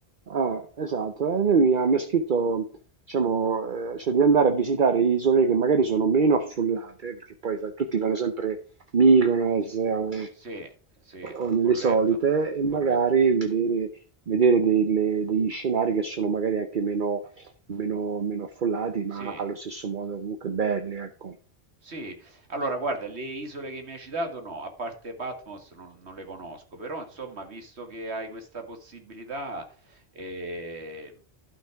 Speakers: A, on the right; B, on the right.
A: Ah, esatto, e lui mi ha, mi ha scritto, diciamo, eh, cioè di andare a visitare isole che magari sono meno affollate, perché poi sai, tutti vanno sempre Mykonos eh, o,
B: Sì, sì,
A: o nelle
B: corretto,
A: solite e magari
B: corretto.
A: vedere, vedere delle- degli scenari che sono magari anche meno, meno, meno affollati, ma
B: Sì,
A: allo stesso modo comunque belli, ecco.
B: Sì, allora guarda, le isole che mi hai citato no, a parte Patmos non, non le conosco, però insomma, visto che hai questa possibilità, eh,